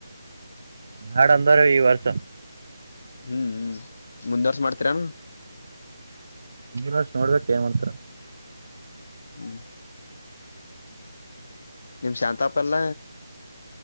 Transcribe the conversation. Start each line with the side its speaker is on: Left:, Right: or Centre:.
Right: ನಾಡ ಅಂದ್ರ ಈ ವರ್ಷ
Left: ಹ್ಮ್ ಹ್ಮ್ ಮುಂದುವರ್ಸ ಮಾಡ್ತೀರಾನ
Right: ಹಷ ನೋಡ್ಬೇಕು ಏನ್ ಮಾಡ್ತಾರ
Left: ಹ್ಮ್ ನಿಮ್ ಶಾಂತಾಪ ಎಲ್ಲ